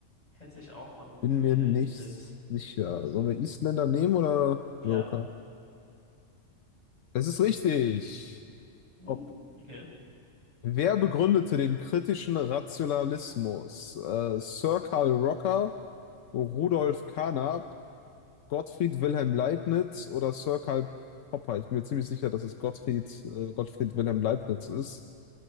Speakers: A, on the left; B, on the left.
A: Hätte ich auch vom Gefühl
B: bin mir
A: her
B: nicht
A: getippt.
B: sicher. Sollen wir Isländer nehmen oder
A: Ja.
B: Joker? Es ist richtig.
A: Uh,
B: Ob.
A: okay.
B: Wer begründete den kritischen Rationalismus? Äh, Sir Karl Rocker, Rudolf Carnap, Gottfried Wilhelm Leibniz oder Sir Karl Popper. Ich bin mir ziemlich sicher, dass es Gottfried, äh, Gottfried Wilhelm Leibniz ist.